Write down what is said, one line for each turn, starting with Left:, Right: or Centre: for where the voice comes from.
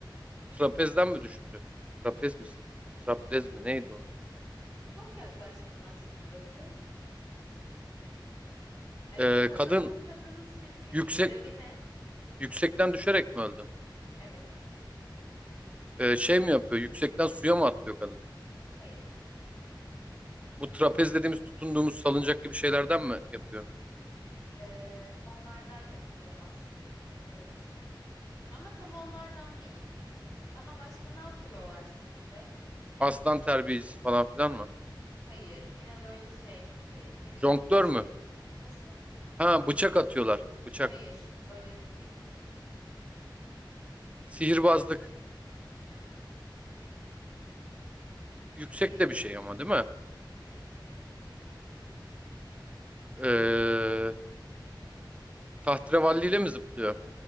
Right: trapezden mi düştü? Trapez mi? Traplez mi? Neydi o?
Left: Çok yaklaştın aslında biliyor musun? Ee,
Right: Ee,
Left: kadın
Right: kadın
Left: bu kadının sirkteki
Right: yüksek
Left: görevi ne?
Right: yüksekten düşerek mi öldü?
Left: Evet.
Right: Ee, şey mi yapıyor? Yüksekten suya mı atlıyor kadın?
Left: Hayır.
Right: Bu trapez dediğimiz tutunduğumuz salıncak gibi şeylerden mi yapıyor?
Left: Ee, onlardan yapıyor aslında. Evet. Ama tam onlardan değil. Daha başka ne yapıyorlar sirkte?
Right: Aslan terbiyecisi falan filan mı?
Left: Hayır. Yine böyle şey, e, tehlikeli
Right: Jonglör
Left: bir şey.
Right: mü?
Left: Nasıl?
Right: Ha bıçak atıyorlar. Bıçak.
Left: Hayır. Öyle de değil.
Right: Sihirbazlık.
Left: Mm-mm,
Right: Yüksek
Left: hayır.
Right: de bir şey ama değil mi?
Left: Yüksek bir şey evet.
Right: Ee, tahterevalliyle mi zıplıyor?